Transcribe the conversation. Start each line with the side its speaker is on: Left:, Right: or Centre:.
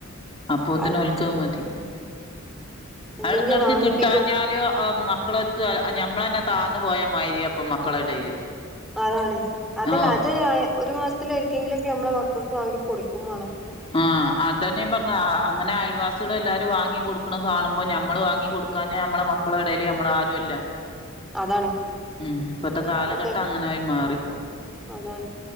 Left: അപ്പോത്തിനോൽക
Centre: ആഹ്
Left: തു മതി.
Centre: ഇല്ലെങ്കി
Left: എട്ക്കെട്ക്ക്
Centre: വാങ്ങിപ്പിക്കും
Left: കിട്ടാഞ്ഞാലും മക്കളെ ത്തും ഞമ്മളെന്നെ താന്നു പോയ മാര്യാ പ്പം മക്കളെടേല്
Centre: അതാണ്. അതല്ല
Left: ആഹ്
Centre: അത് ആയെ. ഒരു മാസത്തില് ഒരിക്കെങ്കിലൊക്കെ നമ്മളെ മക്കൾക്ക് വാങ്ങി കൊടുക്കും വേണോം.
Left: ആ അതന്നെയ പറഞ്ഞ ആ അങ്ങനെ ആയൽവാസി ട്ടികളും എല്ലാരും വാങ്ങി കൊടുക്കണതാണുമ്പോൾ നമ്മള് വാങ്ങി കൊടുക്കാഞ്ഞാ നമ്മള മക്കളടേല് നമ്മൾ ആരുവല്ലാ.
Centre: അതാണ്
Left: ഉം ഇപ്പത്തെ കാലഘട്ടം
Centre: ഒക്കെ
Left: അങ്ങനായി മാറിപ്പോ.
Centre: അതാണ്